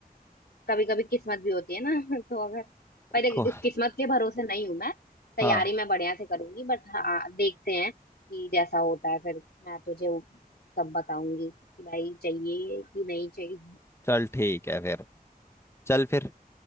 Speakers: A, on the left (about 80°); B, on the left (about 15°).
A: कभी कभी किस्मत भी होती है ना <laughs> तो अगर पर देख,
B: को-
A: इस किस्मत के भरोसे नहीं हूँ मैं तैयारी
B: हाँ
A: मैं बढ़िया से करूंगी बट हाँ देखते हैं कि जैसा होता है फिर मैं तुझे वो तब बताऊंगी कि भाई चाहिए कि नहीं चाहिए
B: चल ठीक है फिर चल फिर